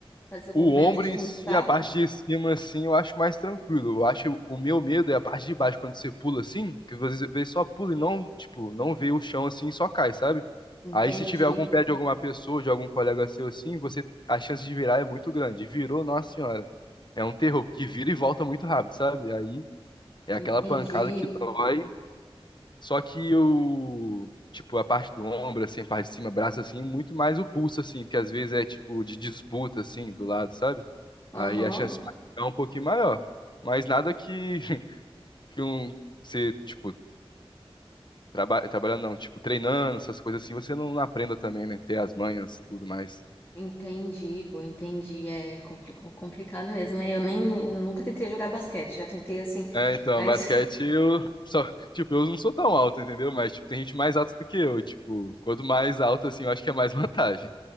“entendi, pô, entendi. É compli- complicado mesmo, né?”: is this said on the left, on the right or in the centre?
Left